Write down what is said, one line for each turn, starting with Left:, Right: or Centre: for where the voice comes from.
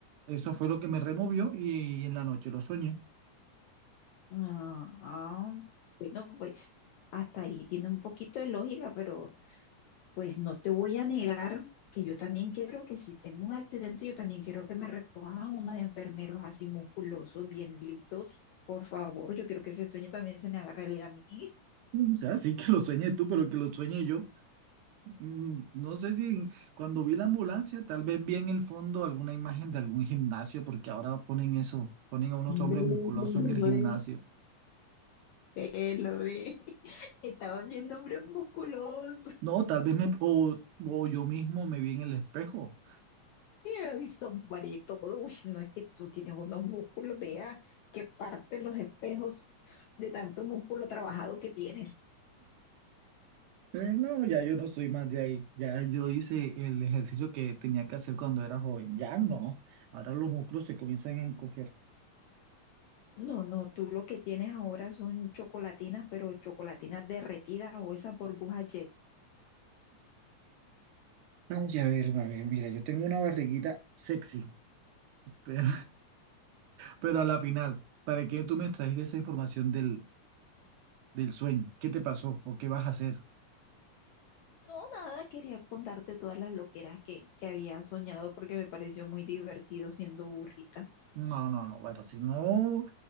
Right: eso fue lo que me removió y, y en la noche lo soñé.
Left: Ah, ah, bueno, pues hasta ahí tiene un poquito de lógica, pero... Pues no te voy a negar que yo también quiero que si tengo un accidente, yo también quiero que me recojan unos enfermeros así musculosos, bien lindos. Por favor, yo quiero que ese sueño también se me haga realidad a mí.
Right: no, O sea, sí que lo sueñe tú, pero que lo sueñe yo. Mm, No sé si cuando vi la ambulancia, tal vez vi en el fondo alguna imagen de algún gimnasio, porque ahora ponen eso, ponen a unos hombres
Left: Ve, ve.
Right: musculosos en el gimnasio.
Left: Ve, lo ve. <laughs> Estaban viendo hombres musculosos.
Right: No, tal vez me, o, o yo mismo me vi en el espejo.
Left: Ay, sombra y todo. Uy, no es que tú tienes unos músculos, vea que parte los espejos de tanto músculo trabajado que tienes.
Right: Eh, no, ya yo no soy más de ahí. Ya yo hice el ejercicio que tenía que hacer cuando era joven. Ya no. Ahora los músculos se comienzan a encoger.
Left: No, no, tú lo que tienes ahora son chocolatinas, pero chocolatinas derretidas o esas burbujas jet.
Right: Ay, a ver, a ver, mira, yo tengo una barriguita sexy. <laughs> pero Pero a la final, ¿para qué tú me trajiste esa información del, del sueño? ¿Qué te pasó o qué vas a hacer?
Left: No, nada, quería contarte todas las loqueras que, que había soñado porque me pareció muy divertido siendo burrita.
Right: No, no, no. Bueno, si no